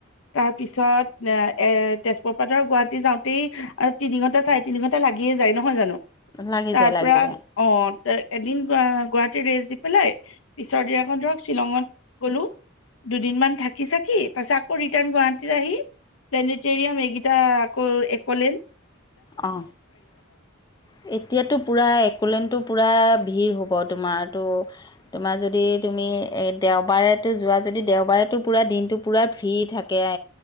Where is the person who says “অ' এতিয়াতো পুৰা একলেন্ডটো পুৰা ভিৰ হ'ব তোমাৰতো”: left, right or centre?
Left